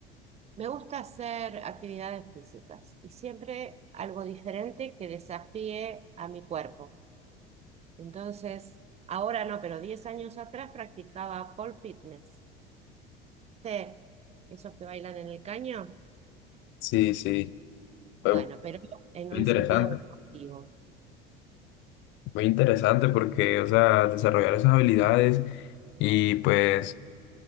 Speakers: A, on the right (about 20°); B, on the left (about 40°).
A: me gusta hacer actividades físicas y siempre algo diferente que desafíe a mi cuerpo. Entonces, ahora no, pero 10 años atrás practicaba pole fitness. ¿Sí? Esos que bailan en el caño,
B: Sí, sí. Fue
A: bueno, pero en
B: muy
A: un
B: interesante.
A: sentido deportivo.
B: Muy interesante porque, o sea, desarrollar esas habilidades y pues